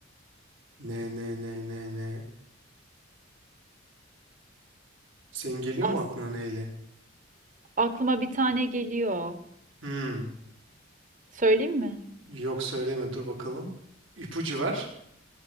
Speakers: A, on the right (about 80°); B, on the right (about 40°).
A: Ne ne ne ne ne. Senin geliyor
B: As
A: mu aklına neyle?
B: aklıma bir tane geliyor.
A: Hmm.
B: Söyleyeyim mi?
A: Yok söyleme dur bakalım. İpucu ver.